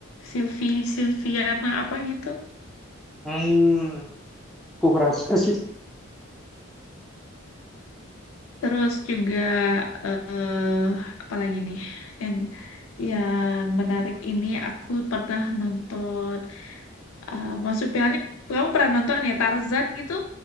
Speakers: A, on the left; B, in the centre.
A: Silvi Silviana apa gitu.
B: Hmm. Aku kerasa <laughs> sih
A: Terus juga eh apa lagi nih yang yang menarik ini aku pernah nonton eh Masuk Pirani. Kamu pernah nonton ya Tarzan gitu?